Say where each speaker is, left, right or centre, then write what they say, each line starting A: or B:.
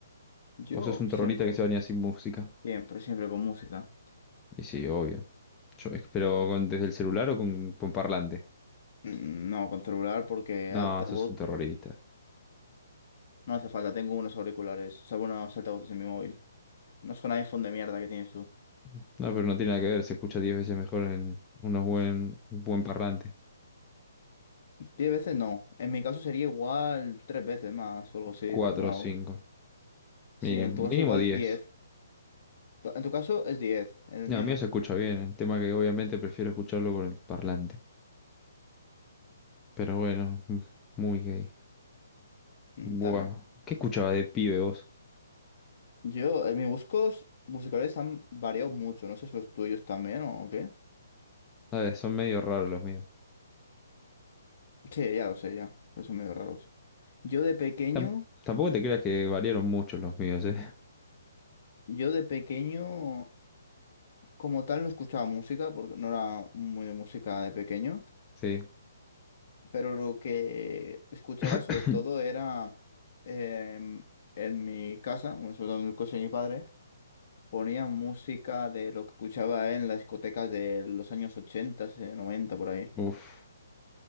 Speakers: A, on the left; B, on the left.
A: Yo
B: ¿O sos un
A: siempre,
B: terrorista que se baña sin música?
A: siempre, siempre con música.
B: Y sí, obvio. Yo, eh, ¿Pero con- desde el celular o con, con parlante?
A: Mm, No, con celular porque altavoz
B: No, sos un terrorista.
A: no hace falta. Tengo unos auriculares, o sea, unos altavoces en mi móvil. No son iPhone de mierda que tienes tú.
B: No, pero no tiene nada que ver, se escucha 10 veces mejor en unos buen,
A: Es-
B: un buen parlante.
A: Diez veces no. En mi caso sería igual tres veces más o algo así.
B: 4
A: Tam- Bueno,
B: o 5,
A: sí,
B: mínimo,
A: en tu caso
B: mínimo
A: igual
B: 10.
A: diez. Tu- En tu caso es diez, en el
B: No,
A: mío
B: a mí
A: no.
B: se escucha bien, el tema que obviamente prefiero escucharlo con el parlante. Pero bueno, <laughs> muy gay.
A: Mm,
B: Buah.
A: Está bien.
B: ¿Qué escuchaba de pibe vos?
A: Yo, eh, mis buscos musicales han variado mucho. No sé si los tuyos también o qué.
B: A ver, son medio raros los míos.
A: Sí, ya lo sé, ya. Pero son medio raros. Yo de pequeño,
B: Tam- tampoco te creas que variaron mucho los míos, ¿eh? <laughs>
A: yo de pequeño, como tal, no escuchaba música, porque no era muy de música de pequeño.
B: Sí.
A: Pero lo que escuchaba
B: <coughs>
A: sobre todo era em, en mi casa, bueno, sobre todo en el coche de mi padre, ponía música de lo que escuchaba en las discotecas de los años 80 eh, 90, por ahí.
B: Uf.